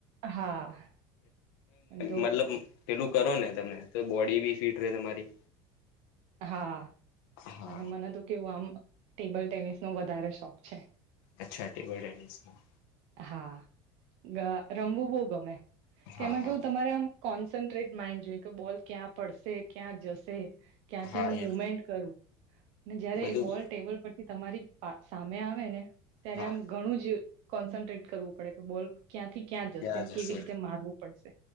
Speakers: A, on the right; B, on the left.
A: હા એમ તો
B: મતલબ પેલું કરો ને તમે. બોડી બી ફિટ ર તમારી.
A: હા,
B: હા
A: અને મને તો કેવું આમ ટેબલ ટેનિસ નો વધારે શોખ છે.
B: અચ્છા ટેબલ ટેનિસ હા.
A: હા, રમવું બહ ગમે, કેમાં
B: હા હા
A: કેવું તમારે આમ કોન્સન્ટ્રેટ માઇન્ડ જોઈએ કે બોલ ક્યાં પડશે ક્યાં જશે. ક્યાંથી
B: હા
A: હું
B: એ
A: મુમેન્ટ કરું, અને જયારે
B: બધું
A: બોલ ટેબલ પરથી તમારી સામે આવે ને, ત્યારે
B: હા
A: આમ ઘણું જ કોન્સન્ટ્રેટ કરવું પડે કે બોલ ક્યાંથી ક્યાં જશે
B: ત્યા
A: ને
B: જ
A: કેવી
B: હશે,
A: રીતે મારવું પડશે